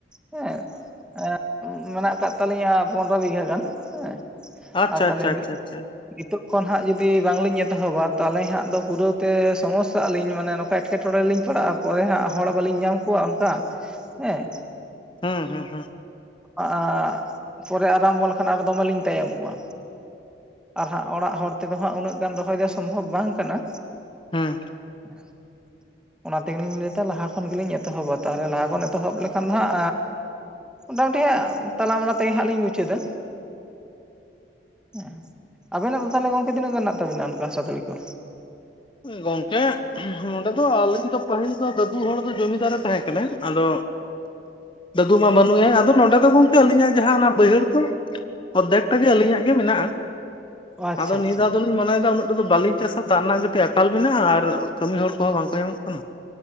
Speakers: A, in the centre; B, on the left.
A: ᱦᱮᱸ ᱮᱸ ᱢᱮᱱᱟᱜ ᱟᱠᱟᱫ ᱛᱟᱹᱞᱤᱧᱟ ᱯᱚᱱᱨᱚ ᱵᱤᱜᱷᱟᱹ ᱜᱟᱱ ᱦᱮᱸ
B: ᱟᱪᱪᱷᱟ
A: ᱟᱨ ᱛᱟᱞᱦᱮ
B: ᱟᱪᱪᱷᱟ ᱟᱪᱪᱷᱟ
A: ᱢᱤᱫ
B: ᱟᱪᱪᱷᱟ
A: ᱱᱤᱛᱚᱜ ᱠᱷᱚᱱ ᱦᱟᱸᱜ ᱡᱩᱫᱤ ᱵᱟᱝ ᱞᱤᱧ ᱮᱛᱚᱦᱚᱵᱟ ᱛᱟᱦᱚᱞᱮ ᱦᱟᱸᱜ ᱫᱚ ᱯᱩᱨᱟᱹᱣ ᱛᱮ ᱥᱚᱢᱚᱥᱥᱟᱜ ᱟᱹᱞᱤᱧ ᱢᱟᱱᱮ ᱱᱚᱝᱠᱟ ᱮᱴᱠᱮᱴᱚᱲᱮ ᱨᱮ ᱞᱤᱧ ᱯᱟᱲᱟᱜᱼᱟ ᱯᱚᱨᱮ ᱦᱟᱸᱜ ᱦᱚᱲ ᱵᱟᱹᱞᱤᱧ ᱧᱟᱢ ᱠᱚᱣᱟ ᱚᱱᱠᱟ ᱦᱮᱸ
B: ᱦᱩᱸ ᱦᱩᱸ ᱦᱩᱸ
A: ᱟᱻ ᱯᱚᱨᱮ ᱟᱨᱟᱢᱵᱚ ᱞᱮᱠᱷᱟᱱ ᱟᱨᱚ ᱫᱚᱢᱮ ᱞᱤᱧ ᱛᱟᱭᱚᱢᱚᱜᱼᱟ ᱟᱨ ᱦᱟᱸᱜ ᱚᱲᱟᱜ ᱦᱚᱲ ᱛᱮ ᱫᱚ ᱦᱟᱸᱜ ᱩᱱᱟᱹᱜ ᱜᱟᱱ ᱨᱚᱦᱚᱭ ᱫᱚ ᱥᱚᱢᱵᱷᱚᱵᱽ ᱵᱟᱝ ᱠᱟᱱᱟ
B: ᱦᱩᱸ
A: <unintelligible> ᱚᱱᱟ ᱛᱮᱜᱮ ᱞᱤᱧ ᱞᱟᱹᱭ ᱮᱫᱟ ᱞᱟᱦᱟ ᱠᱷᱚᱱ ᱜᱮ ᱞᱤᱧ ᱮᱛᱚᱦᱚᱵᱟ ᱛᱟᱞᱦᱮ ᱞᱟᱦᱟ ᱠᱷᱚᱱ ᱮᱛᱚᱦᱚᱵ ᱞᱮᱠᱷᱟᱱ ᱦᱟᱸᱜ ᱢᱚᱴᱟ-ᱢᱩᱴᱤ ᱦᱟᱸᱜ ᱛᱟᱞᱟ ᱢᱟᱞᱟ ᱛᱮ ᱜᱮ ᱦᱟᱸᱜ ᱞᱤᱧ ᱢᱩᱪᱟᱹᱫᱟ ᱦᱮᱸ ᱟᱹᱵᱤᱱᱟᱜ ᱫᱚ ᱛᱟᱞᱦᱮ ᱜᱚᱝᱠᱮ ᱛᱤᱱᱟᱹᱜ ᱜᱟᱱ ᱢᱮᱱᱟᱜ ᱛᱟᱹᱵᱤᱱᱟ ᱚᱱᱠᱟ ᱦᱟᱥᱟ ᱫᱷᱩᱲᱤ ᱠᱚ
B: ᱜᱚᱝᱠᱮ ᱱᱚᱸᱰᱮ ᱫᱚ ᱟᱹᱞᱤᱧ ᱫᱚ ᱯᱟᱹᱦᱤᱞ ᱫᱚ ᱫᱟᱹᱫᱩ ᱦᱚᱲ ᱫᱚ ᱡᱚᱢᱤᱫᱟᱨᱮ ᱛᱟᱦᱮᱸ ᱠᱟᱱᱟ ᱟᱫᱚ ᱫᱟᱹᱫᱩ ᱢᱟ ᱵᱟᱹᱱᱩᱜ ᱮᱭᱟ ᱟᱫᱚ ᱱᱚᱸᱰᱮ ᱫᱚ ᱜᱚᱢᱠᱮ ᱟᱹᱞᱤᱧᱟᱜ ᱡᱟᱦᱟᱸ ᱚᱱᱟ ᱵᱟᱹᱭᱦᱟᱹᱲ ᱫᱚ ᱚᱫᱫᱷᱮᱠᱴᱟ ᱜᱮ ᱟᱹᱞᱤᱧᱟᱜ ᱜᱮ ᱢᱮᱱᱟᱜᱼᱟ
A: ᱟᱪᱪᱷᱟ
B: ᱟᱫᱚ ᱱᱤᱭᱟᱹ
A: ᱟᱪᱪᱷᱟ
B: ᱫᱷᱟᱣ ᱫᱚᱞᱤᱧ ᱢᱚᱱᱮ ᱮᱫᱟ ᱩᱱᱟᱹᱜ ᱰᱷᱮᱨ ᱫᱚ ᱵᱟᱹᱞᱤᱧ ᱪᱟᱥᱟ ᱫᱟᱜ ᱨᱮᱱᱟᱜ ᱟᱠᱟᱞ ᱢᱮᱱᱟᱜᱼᱟ ᱟᱨ ᱠᱟᱹᱢᱤ ᱦᱚᱲ ᱠᱚ ᱦᱚᱸ ᱵᱟᱝ ᱠᱚ ᱧᱟᱢᱚᱜ ᱠᱟᱱᱟ